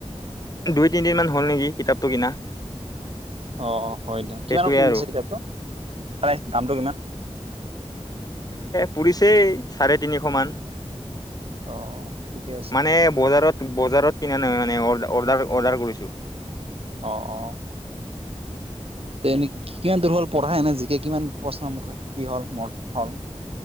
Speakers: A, on the left; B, on the right.
A: দুই তিনিদিন মান হ'ল নেকি কিতাপটো কিনা
B: অ অ হয় দিয়া কিমানত
A: সেইটোৱে
B: কিনধিছে
A: আৰু
B: কিতাপটো প্ৰাই দামটো কিমান
A: পুছেই চাৰে তিনিশ মান
B: অ ঠিকে আছে
A: মানে বজাৰত বজাৰত কিনা নহয় মানে অ অৰ্ডাৰ অৰ্ডাৰ কৰিছো
B: অ অ এনে কিমান দূৰ হল পঢ়া এনে জিকে কিমান প্ৰশ্নৰ মুখ কি হল মন হল